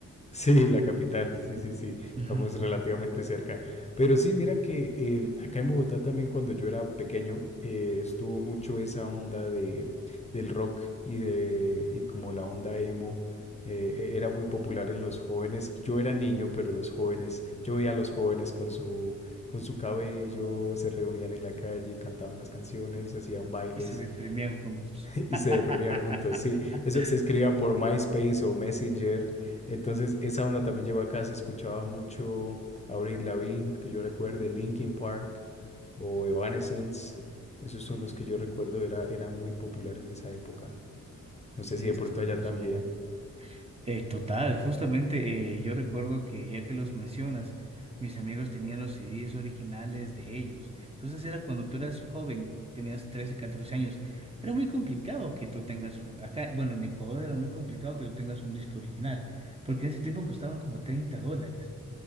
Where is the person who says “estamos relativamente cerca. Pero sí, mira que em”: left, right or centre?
Left